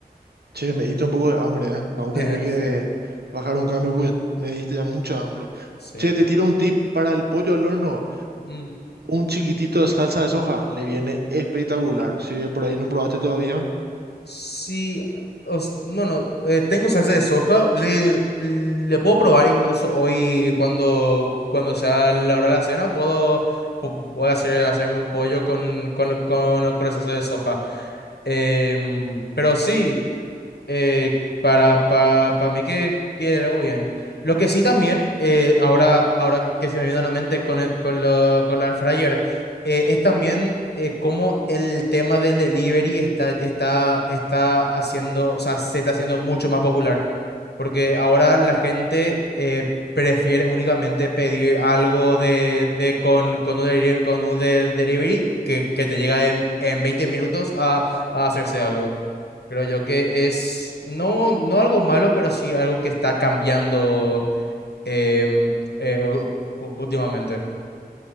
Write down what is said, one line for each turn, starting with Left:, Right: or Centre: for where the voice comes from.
Right: Che, me diste un poco de hambre, ¿eh? Vamos
Left: <laughs>
Right: a tener que
Left: Sí,
Right: bajar un cambio porque me diste ya mucha hambre.
Left: sí.
Right: Che, te tiro un tip para el pollo al horno.
Left: Mm.
Right: Un chiquitito de salsa de soja le viene espectacular. Si por ahí no probaste todavía.
Left: Sí, os- bueno, eh, tengo salsa de soja, le, le puedo probar incluso hoy cuando, cuando sea la hora de la cena, puedo, pu- puedo hacer, hacerme un pollo con, con, con, con la salsa de soja. Em, pero sí, eh, para, para, para mí que quedaría muy bien. Lo que sí también, eh, ahora, ahora que se me vino a la mente con, el- con, lo, con la air fryer, eh, es también eh, cómo el tema del delivery está, está, está haciendo, o sea, se está haciendo mucho más popular. Porque ahora la gente eh, prefiere únicamente pedir algo de, de con, con un, deli- con un de- delivery que, que te llega en, en veinte minutos a, a hacerse algo. Creo yo que es no, no algo malo, pero sí algo que está cambiando em, eh, u- u- últimamente.